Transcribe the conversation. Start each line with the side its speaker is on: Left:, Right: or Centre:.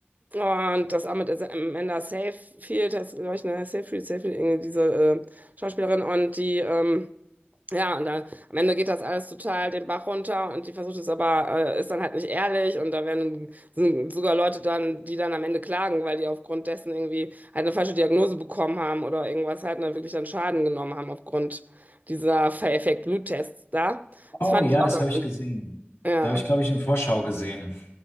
Right: Oh, Und das auch mit Amanda Seyfried, das glaube ich, ne, Seyfried, Seyfried, irgendwie diese äh, Schauspielerin und die, ähm, ja, und dann am Ende geht das alles total den Bach runter und die versucht es aber, äh, ist dann halt nicht ehrlich und da werden sind sogar Leute dann, die dann am Ende klagen, weil die aufgrund dessen irgendwie halt eine falsche Diagnose bekommen haben oder irgendwas halt und dann wirklich dann Schaden genommen haben aufgrund dieser Fake-Bluttests da. Das
Left: Oh
Right: fand
Left: ja,
Right: ich auch,
Left: das habe ich gesehen.
Right: ja.
Left: Da habe ich, glaube ich, in Vorschau gesehen.